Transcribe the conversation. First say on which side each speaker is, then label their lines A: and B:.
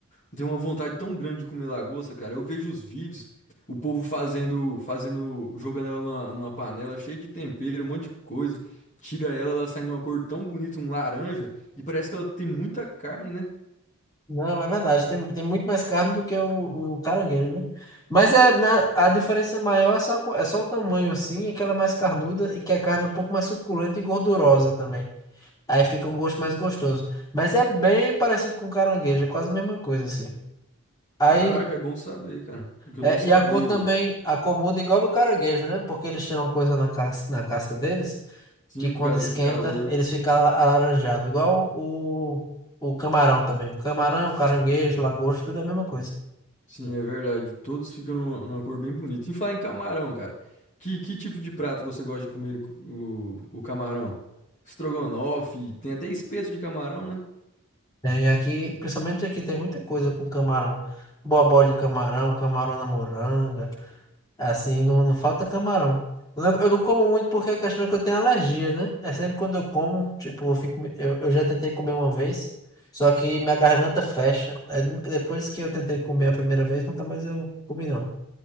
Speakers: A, on the left; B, on the left.
A: eu tenho uma vontade tão grande de comer lagosta, cara. Eu vejo os vídeos, o povo fazendo, fazendo, jogando ela numa, numa panela cheia de tempero, um monte de coisa. Tira ela, ela sai numa cor tão bonita, um laranja, e parece que ela tem muita carne, né?
B: Não, é verdade. Tem, tem muito mais carne do que o, o caranguejo, né? Mas é, na, a diferença maior é só, co- é só o tamanho, assim, e que ela é mais carnuda e que a carne é um pouco mais suculenta e gordurosa também. Aí fica um gosto mais gostoso. Mas é bem parecido com caranguejo, é quase a mesma coisa, assim. Aí.
A: Caraca, é bom saber, cara. Porque eu
B: É,
A: não sabia,
B: e a cor
A: eu-
B: também, a comunda é igual do caranguejo, né? Porque eles têm uma coisa na casca, na casca deles,
A: sim,
B: que quando
A: por causa
B: esquenta,
A: do calor,
B: eles
A: né?
B: ficam ala- alaranjados. Igual o, o camarão também. Camarão, caranguejo, lagosta, tudo é a mesma coisa.
A: Sim, é verdade. Todos ficam numa numa cor bem bonita. Em falar em camarão, cara, que, que tipo de prato você gosta de comer co- o, o camarão? Estrogonofe, tem até espeto de camarão, né?
B: Tem aqui, principalmente aqui, tem muita coisa com camarão. Bobó de camarão, camarão na moranga. Assim, não, não falta camarão. Eu não, eu não como muito porque a questão é que eu tenho alergia, né? É sempre quando eu como, tipo, eu fico, eu, eu já tentei comer uma vez, só que minha garganta fecha. Aí nunca- depois que eu tentei comer a primeira vez, nunca mais eu comi, não.